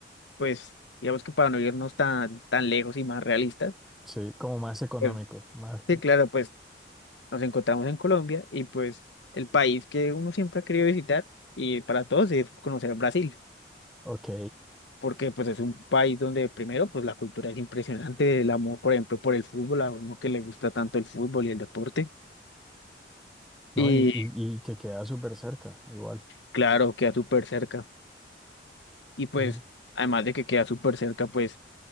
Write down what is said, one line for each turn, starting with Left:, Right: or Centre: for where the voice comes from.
Left: pues, digamos que para no irnos tan, tan lejos y más realistas,
Centre: Sí, como más económico,
Left: eh,
Centre: más...
Left: sí, claro, pues nos encontramos en Colombia y pues el país que uno siempre ha querido visitar y para todos es conocer Brasil,
Centre: Ok,
Left: porque pues es un país donde primero pues la cultura es impresionante, el amor por ejemplo por el fútbol, a uno que le gusta tanto el fútbol y el deporte
Centre: ¿no?
Left: y
Centre: Y, y, y que queda súper cerca, igual.
Left: claro, queda súper cerca y pues
Centre: Ujú.
Left: además de que queda súper cerca pues